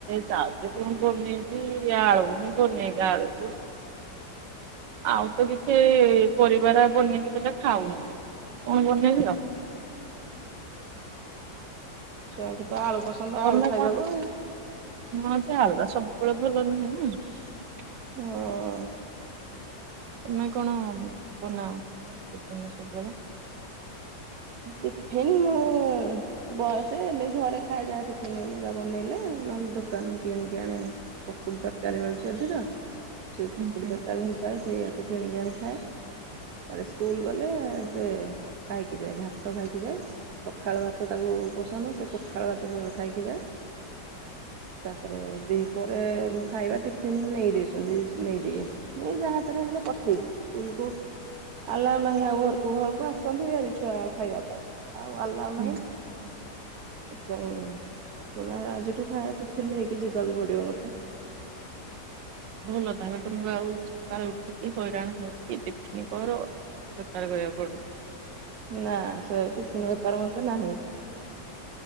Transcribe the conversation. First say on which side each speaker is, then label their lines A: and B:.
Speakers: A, on the right; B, on the right.
A: ଚାଉରେ କଣ ବନେଇବି ଆଳୁହିଁ ବନେଇବି ଆଳୁକୁ ଆଉ ତ କିଛି ପରିବାରେ ବନେଇକି ଦେଲେ ଖାଉନି। କଣ ବନେଇଥିଲ?
B: ଛୁଆଙ୍କୁ ତ ଆଳୁ ପସନ୍ଦ
A: ତମେ
B: ଆଳୁ ଖାଇବାକୁ।
A: କଣ ହଁ ଯେ ଆଳୁଗୁରା ସବୁବେଳେ ଭଲ ନୁହେଁ ନା।
B: ହୁଁ।
A: ତମେ କଣ ବନାଅ ଟିଫିନ୍ ସବୁବେଳେ?
B: ଟିଫିନ୍ ମୁଁ ଭଲସେ ଏମିତି ଘରେ ଖାଇଦବା ଟିଫିନ ବନେଇଲେ ନହେଲେ ଦୁକାନରୁୁ କିଣିକି ଆଣେ। ପକୁଡି ତରକାରୀ ମିଳୁଛି ଏଠି ତ ସେ
A: ହୁଁ
B: ପକୁଡି
A: ହୁଁ
B: ତରକାରୀ ମୁଁ ପ୍ରାୟ ସେଇଆକୁ କିଣିକି ଆକିିଣି ଖାଏ ନହେଲେ ସ୍କୁଲ ଗଲେ ସେ ପାଇକି ଯାଏ ଭାତ। ତ ଖାଇକି ଯାଏ ପଖାଳ ଭାତ ତାକୁ ପସନ୍ଦ ସେ ପଖାଳ ଭାତ ସବୁବେଳେ ଖାଇକି ଯାଏ। ତାପରେ ଦିପହରେ ମୁଁ ଖାଇବା ଟିଫିନ ନେଇଦଇଚନ୍ତି ନେଇଦିଏ। ମୁଁ ଯାହା ହାତରେ ହେଲେ ପଠେଇଦିଏ ସ୍କୁଲକୁୁ। ଆଲାଉ ନାହିଁ ଆଉ ଘରକୁ ଘରକୁ ଆସନ୍ତି ଭାରି ଛୁଆ ଖାଇବା ପାଇଁ ଆଉ ଆଲାଉ
A: ହୁଁ।
B: ନାହିଁ। ସେଥିପାଇଁ ନା ଆଜିଠୁ ଖାଇବା ଟିଫିନ୍ ନେଇକି ଯିବାକୁ ପଡିବ ମତେ।
A: ଭଲ ତାହାଲେ ତ ତମକୁ ଆଉ ସକାଳେ ଉଠିକି ହଇରାଣ ହେଇକି ଟିଫିନ୍ କର <unintelligible> କରିବା ପଡ଼ୁ।
B: ନା ସେ ଟିଫନ୍ ବେପାର ମତେ ନାହିଁ।